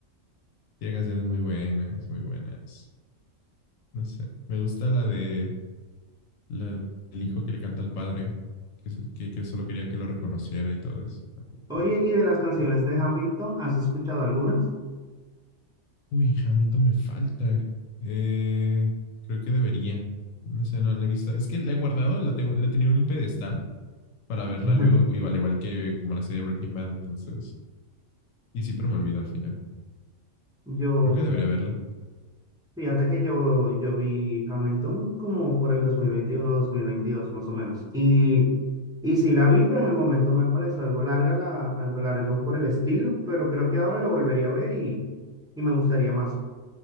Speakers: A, on the left (about 80°); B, in the centre.
A: Tiene canciones muy buenas, muy buenas. No sé, me gusta la de... la- el hijo que le canta al padre, que, se- que, que solo quería que lo reconociera y todo eso.
B: Oye, ¿y de las canciones de Hamilton, has escuchado algunas?
A: Uy, Hamilton me falta. Eh, creo que debería. No sé, no la he visto. Es que la he guardado, la tengo, la tenía en un pedestal para verla
B: <laughs>
A: luego, igual, igual que como la serie Breaking Bad, entonces. Y sí, pero me olvido al final.
B: Yo,
A: Creo que debería
B: fíjate,
A: verla.
B: fíjate que yo, yo vi Hamilton como por el dos dos mil veintiuno dos mil veintidós más o menos. Y, y sí la vi, pero en el momento me pareció algo larga, la, algo larga por el estilo, pero creo que ahora lo volvería a ver y, y me gustaría más.